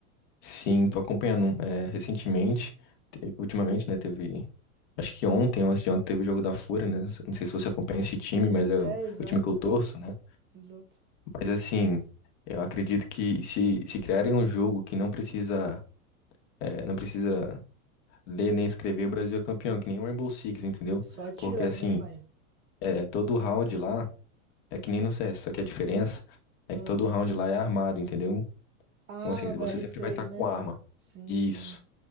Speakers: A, on the left; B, on the right.
A: sim, tô acompanhando é, recentemente, te- ultimamente, né, teve, acho que ontem, ou antes de ontem, teve o jogo da Fúria, né, não sei se você acompanha esse time, mas é
B: É,
A: o,
B: exato,
A: o time que eu
B: exato,
A: torço, né,
B: exato.
A: mas assim, eu acredito que se, se criarem um jogo que não precisa, é, não precisa ler nem escrever, o Brasil é campeão, que nem o Rainbow Six, entendeu,
B: Só atirar,
A: porque assim,
B: né, pai?
A: é, todo round lá, é que nem no CS, só que a diferença é
B: Ah,
A: que todo round lá é armado, entendeu,
B: Ah,
A: Então, assim, você
B: no r
A: sempre
B: seis,
A: vai estar com
B: né?
A: arma.
B: Sim,
A: Isso.
B: sim.